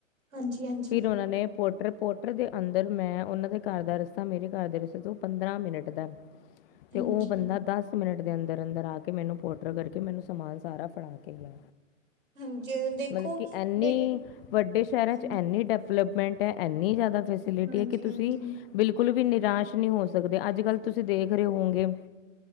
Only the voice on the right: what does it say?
ਹਾਂਜੀ- ਹਾਂਜੀ।
ਹਾਂਜੀ।
ਹਾਂਜੀ ਦੇਖੋ
ਦੇ
ਹਾਂਜੀ
ਹਾਂਜੀ
ਹਾਂਜੀ